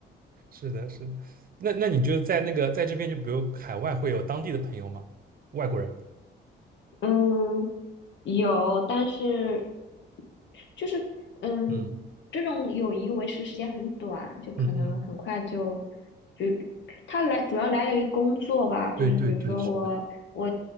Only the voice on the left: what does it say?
嗯，有，但是就是嗯，
这种友谊维持时间很短，就可能很快就，
就它来主要来源于工作吧，就是比如说我我